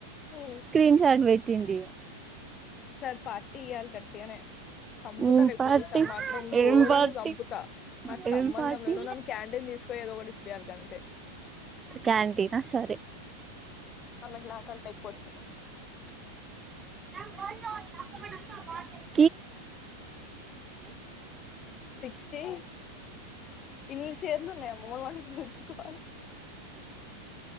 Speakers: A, on the left; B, on the right.
A: ఊ
B: స్క్రీన్ షాట్ పెట్టిటి
A: ఈ సారి పార్టీ ఇయ్యాలి గట్టిగనే చంపుతా
B: ఏం
A: లేకపోతే
B: పార్టీ
A: ఈ సరి మాత్రం
B: ఏం
A: ఘోరంగా
B: పార్టీ
A: చంపుతా నాకు
B: ఏం
A: సంబంధం
B: పార్టీ
A: లేదు నువ్ నన్ను క్యాంటీన్ తీసుకపోయి ఏదో ఒకటి ఇప్పియ్యాలి గంతే
B: క్యాంటీనా సరే
A: అమే కు నాకంటే ఎక్కువ వచ్చినయి
B: తప్ప
A: సిక్స్టి ఇన్ని చేర్నున్నే మోన్ మట వచ్చకువ